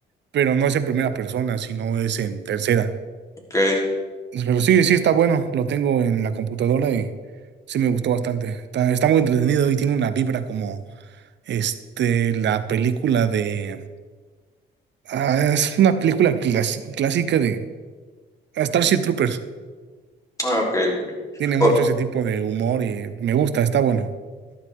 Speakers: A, on the right (about 65°); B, on the left (about 15°).
A: pero no es en primera persona, sino es en tercera.
B: Ok.
A: Pero sí, sí está bueno. Lo tengo en la computadora y sí me gustó bastante. Está, está muy entretenido y tiene una vibra como este, la película de... ah, es una película clas- clásica de ah, Starship Troopers.
B: Ah, ok, ok.
A: Tiene mucho
B: O-
A: ese tipo de humor y me gusta, está bueno.